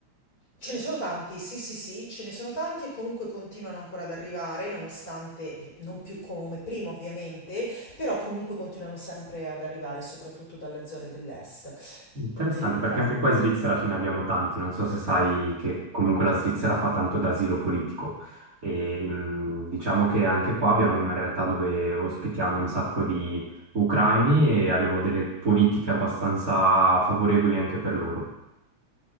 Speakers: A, on the left; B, on the right.
A: Ce ne sono tanti, sì, sì, sì, ce ne sono tanti e comunque continuano ancora ad arrivare, nonostante non più come prima, ovviamente, però comunque continuano sempre ad arrivare, soprattutto dalle zone dell'est
B: Interessante,
A: dell'Ucraina.
B: perché anche qua in Svizzera ce ne abbiamo tanti. Non so se sai che comunque la Svizzera fa tanto d'asilo politico. E, mm, diciamo che anche qua abbiamo una realtà dove ospitiamo un sacco di ucraini e abbiamo delle politiche abbastanza favorevoli anche per loro.